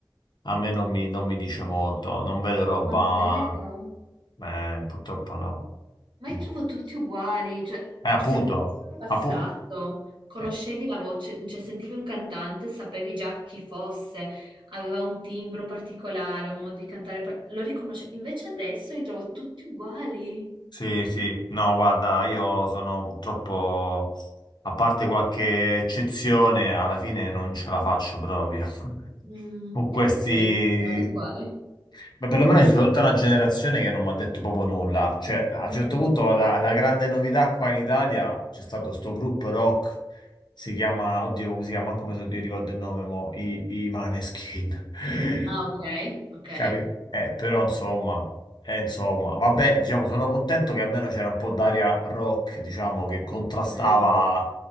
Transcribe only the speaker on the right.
Ma vero?
Ma
li trovo tutti uguali, cioè
se penso al passato,
conoscevi
la voce, cioè sentivi un cantante, sapevi già chi fosse, aveva un timbro particolare, un modo di cantare, par- lo riconoscevi. Invece adesso li trovo tutti uguali.
Mm.
Per eccezione quale?
Mm.
Ah, ok, ok.
Mm.